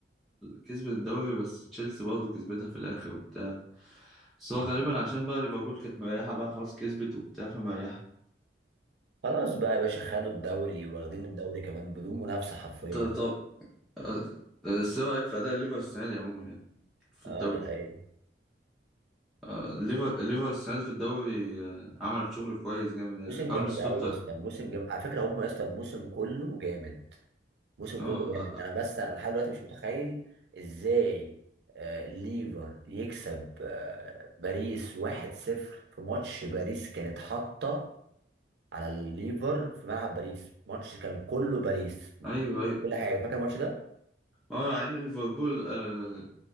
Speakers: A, in the centre; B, on the right (about 70°).
A: كسبت الدوري بس تشيلسي برضه كسبتها في الاخر وبتاع بس
B: مم.
A: هو غالبا عشان بقى ليفربول كانت مريحه بقى خلاص كسبت وبتاع فمريحه
B: خلاص بقى يا باشا خدوا الدوري واخدين الدوري كمان بدون منافسه حرفيا
A: انت طب آه، آه، ايه رأيك في أداء ليفر السنة دي عموما يعني في
B: اه
A: الدوري
B: دي حقيقه
A: آه، ليفر ليفر السنة دي في الدوري آه، عمل شغل كويس جامد يعني
B: موسم جامد
A: أرن سلوت
B: قوي يا
A: اه
B: اسطى الموسم جامد على فكره هم يا اسطى الموسم كله جامد الموسم
A: آه،
B: كله جامد انا بس انا لحد دلوقتي مش متخيل ازاي آه، ليفر يكسب آه، باريس 1-0 في ماتش باريس كانت حاطه على الليفر في ملعب باريس ماتش كان كله باريس
A: ايوه ايوه
B: كل حاجه فاكر الماتش ده
A: اه مع ان ليفربول آه،